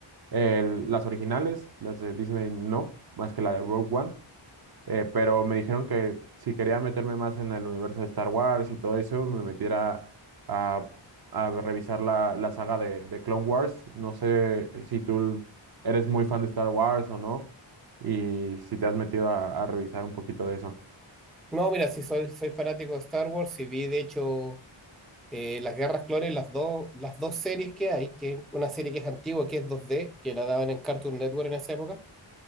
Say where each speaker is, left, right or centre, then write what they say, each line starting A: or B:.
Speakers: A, on the right (about 50°); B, in the centre.
A: el- las originales, las de Disney no, más que la de Rogue One. Eh, pero me dijeron que si quería meterme más en el universo de Star Wars y todo eso, me metiera a, a revisar la, la saga de, de Clone Wars. No sé si tú eres muy fan de Star Wars o no, y si te has metido a, a revisar un poquito de eso.
B: No, mira, sí soy, soy fanático de Star Wars y vi de hecho eh, las Guerras Clones, las dos, las dos series que hay, que es una serie que es antigua, que es dos d que la daban en Cartoon Network en esa época